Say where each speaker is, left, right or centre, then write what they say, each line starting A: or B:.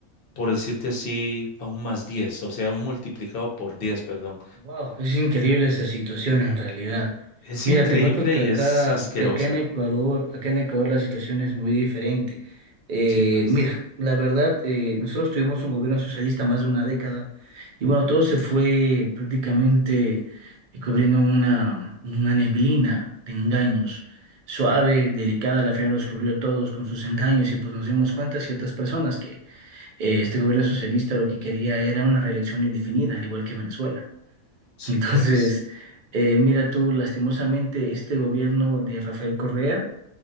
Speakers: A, on the left (about 55°); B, on the right (about 55°).
A: por decirte así, a un más 10, o sea, un multiplicado por 10, perdón.
B: Wow, es increíble esa situación en realidad.
A: Es
B: Mira,
A: increíble
B: te cuento que
A: y
B: acá,
A: es asquerosa.
B: que acá en Ecuador, acá en Ecuador la situación es muy diferente. Eh,
A: Sí, pues.
B: mira, la verdad, eh, nosotros tuvimos un gobierno socialista más de una década y bueno, todo se fue prácticamente eh, cubriendo una, una neblina de engaños, suave, delicada, al final los cubrió todos con sus engaños y pues nos dimos cuenta ciertas personas que eh, este gobierno socialista lo que quería era una reelección indefinida, al igual que Venezuela.
A: Sí,
B: Entonces,
A: pues.
B: eh, mira tú, lastimosamente, este gobierno de Rafael Correa,